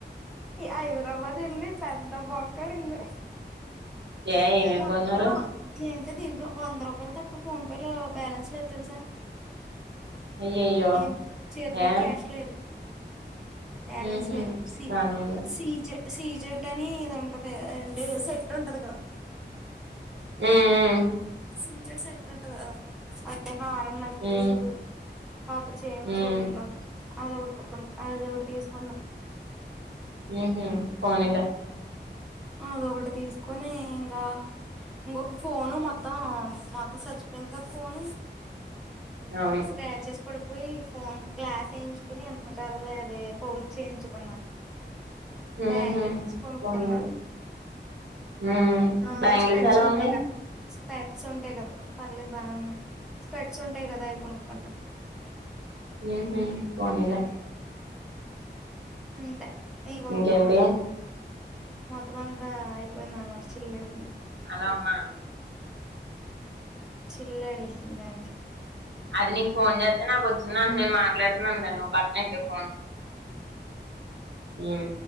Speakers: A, in the centre; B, on the right.
A: హైదరాబాద్ ఎల్లి పెద్ద బొక్ కడింది
B: ఏ ఏమేం
A: మొత్తం
B: కొన్నారు
A: ఎం టే దీంట్లో వంద రూపాలు తప్ప ఫోన్ పే లో బ్యాలెన్స్ లేదు తెలుసా?
B: అయ్యయ్యో
A: ఏమ్ చేతిలో
B: ఏ
A: క్యాష్ లేదు బ్యాలెన్స్
B: ఉహు
A: లేదు సీ
B: బానే ఉంది
A: సీజ సీజర్ అని ఇది ఉంటది అంటే సెట్ ఉంటది కదా
B: ఉం ఉం
A: ఫీచర్స్ సెట్ ఉంటది కధ హారం నక్లీీస్
B: ఉమ్
A: పాపిడి చేను
B: ఉమ్
A: చోల్లిలో అద అదొటి తీసుకున్న
B: హమ్ పోనీలే
A: అదొకటి తీసుకొని ఇంకా ఇంకో ఫోను మొత్తం మత్త చచ్చిపోయింది క ఫోన్
B: అవును
A: స్కచెస్ ఇప్పుడు పోయి ఫోన్ గ్లాస్ వేయించుకుని ఎనకాలలే అదే పౌచ్ చేయించుకున్నా బ్యాంగిల్స్
B: ఉహు
A: కొనుక్కున్నా
B: పోనీ హ్మ్
A: ఆ
B: బ్యాంగిల్స్
A: స్పెట్స్
B: ఎలా
A: ఉంటాయిగా
B: ఉన్నాయి
A: స్పెట్స్ ఉంటాయి కదా పర్లేదు బాగానే ఉన్నాయి స్పెట్స్ ఉంటాయి కదా అవి కొనుక్కున్నా
B: హు హమ్ పోనీలే
A: అంతే ఇవి కొనుక్కున్నా
B: ఇంకేంటి
A: మొత్తం అంతా అయిపోయింద అనమాట చిల్ల అడిగింది
B: హాలో అమ్మ
A: చిల్లడంది బే <unintelligible>
B: అది నీకు ఫోన్ చేస్తే నాకు వచ్చిందంట నేను మాట్లాడుతున్నాన్లే నువ్వు పక్కనెట్టేయి ఫోన్ ఉం